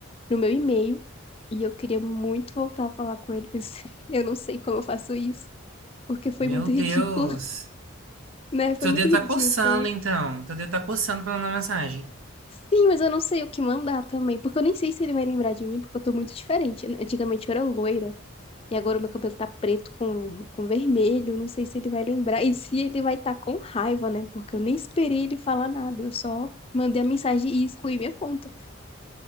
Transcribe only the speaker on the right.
Meu
Deus.
Seu
dedo
tá coçando, então. Seu dedo tá coçando pra mandar mensagem.